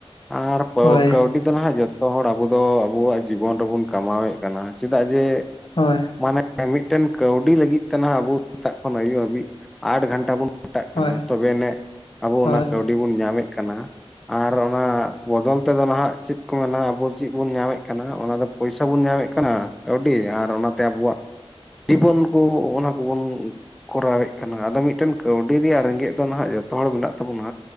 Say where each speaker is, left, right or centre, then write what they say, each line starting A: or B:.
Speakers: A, in the centre; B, on the left (about 55°).
A: ᱟᱨ ᱯᱟᱣ
B: ᱦᱳᱭ
A: ᱠᱟᱹᱣᱰᱤ ᱫᱚ ᱱᱟᱦᱟᱜ ᱡᱚᱛᱚ ᱦᱚᱲ ᱟᱵᱚ ᱫᱚ ᱟᱵᱚᱣᱟᱜ ᱡᱤᱵᱚᱱ ᱨᱮᱵᱚᱱ ᱠᱟᱢᱟᱣᱮᱜ ᱠᱟᱱᱟ, ᱪᱮᱫᱟᱜ ᱡᱮ
B: ᱦᱳᱭ᱾
A: ᱢᱟᱱᱮ ᱢᱤᱫᱴᱮᱱ ᱠᱟᱹᱣᱰᱤ ᱞᱟᱹᱜᱤᱫ ᱛᱮᱦᱟᱜ ᱟᱵᱚ ᱥᱮᱛᱟᱜ ᱠᱷᱚᱱ ᱟᱹᱭᱩᱵ ᱦᱟᱹᱵᱤᱡ ᱟᱴ ᱜᱷᱚᱱᱴᱟ ᱵᱩᱱ ᱠᱷᱟᱴᱟᱜ ᱠᱟᱱᱟ
B: ᱦᱳᱭ
A: ᱛᱚᱵᱮ ᱟᱹᱱᱮᱡ ᱟᱵᱚ
B: ᱦᱳᱭ
A: ᱚᱱᱟ ᱠᱟᱹᱣᱰᱤ ᱵᱚᱱ ᱧᱟᱢᱮᱫ ᱠᱟᱱᱟ᱾ ᱟᱨ ᱚᱱᱟ ᱵᱚᱫᱚᱞ ᱛᱮᱫᱚ ᱱᱟᱦᱟᱜ ᱪᱮᱫ ᱠᱚ ᱢᱮᱱᱟ ᱟᱵᱚ ᱪᱮᱫ ᱵᱚᱱ ᱧᱟᱢᱮᱫ ᱠᱟᱱᱟ ᱚᱱᱟ ᱫᱚ ᱯᱚᱭᱥᱟ ᱵᱚᱱ ᱧᱟᱢᱮᱫ ᱠᱟᱱᱟ ᱠᱟᱹᱣᱰᱤ ᱟᱨ ᱚᱱᱟᱛᱮ ᱟᱵᱚᱣᱟᱜ ᱡᱤᱵᱚᱱ ᱠᱚ ᱚᱱᱟ ᱠᱚᱵᱚᱱ ᱠᱚᱨᱟᱣᱮᱫ ᱠᱟᱱᱟ᱾ ᱟᱫᱚ ᱢᱤᱫᱴᱮᱱ ᱠᱟᱹᱣᱰᱤ ᱨᱮᱭᱟᱜ ᱨᱮᱸᱜᱮᱡ ᱫᱚ ᱱᱟᱦᱟᱜ ᱡᱚᱛᱚ ᱦᱚᱲ ᱢᱮᱱᱟᱜ ᱛᱟᱵᱚᱱᱟ